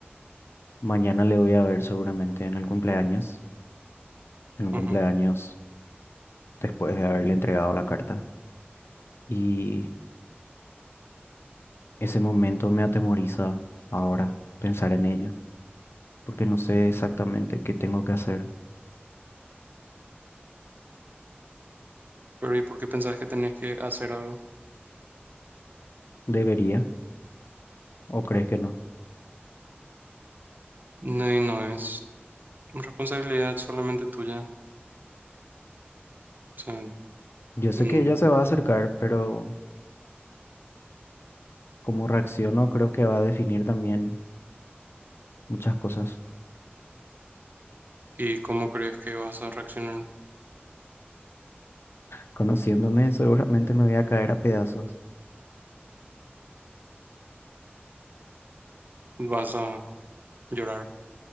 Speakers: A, on the left (about 75°); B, on the right (about 50°).
A: mañana le voy a ver seguramente en el cumpleaños, en un
B: ujú.
A: cumpleaños después de haberle entregado la carta. Y ese momento me atemoriza ahora pensar en ello, porque no sé exactamente qué tengo que hacer.
B: Pero ¿y por qué pensás que tenés que hacer algo?
A: ¿Debería o crees que no?
B: No, y no es responsabilidad solamente tuya. O sea,
A: Yo sé
B: mm,
A: que ella se va a acercar, pero cómo reacciono creo que va a definir también muchas cosas.
B: ¿y cómo crees que vas a reaccionar?
A: Conociéndome, seguramente me voy a caer a pedazos.
B: ¿Vas a llorar